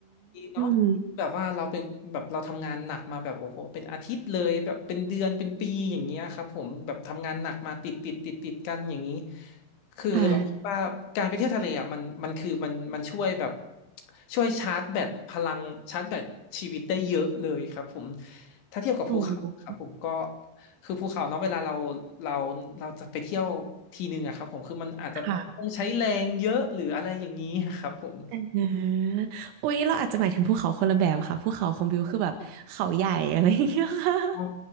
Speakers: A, on the left; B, on the right.
A: เนาะ
B: ม
A: แบบว่าเราเป็นแบบเราทำงานหนักมาแบบโอ้โหเป็นอาทิตย์เลยแบบเป็นเดือนเป็นปีอย่างเงี้ยครับผมแบบทำงานหนักมาติดติดติดติดกันอย่างนี้คือเราคิดว่าการไปเที่ยวทะเลอ่ะมันมันคือมันมันช่วยแบบ
B: ค่ะ
A: ช่วยชาร์จแบตพลังชาร์จแบตชีวิตได้เยอะเลยครับผมถ้าเทียบกับภูเขาครับผมก็
B: โอ้
A: คือภูเขาเนาะเวลาเราเราเราจะไปเที่ยวทีนึงอะครับผมคือมันอาจจะต้องใช้แรงเยอะหรืออะไรอย่างนี้ครับผม
B: ค่ะแต่นะอุ๊ยเราอาจจะหมายถึงภูเขาคนละแบบค่ะภูเขาของบิวคือแบบเขาใหญ่อะไรอย่างเงี้ยค่ะ
A: อ๋อ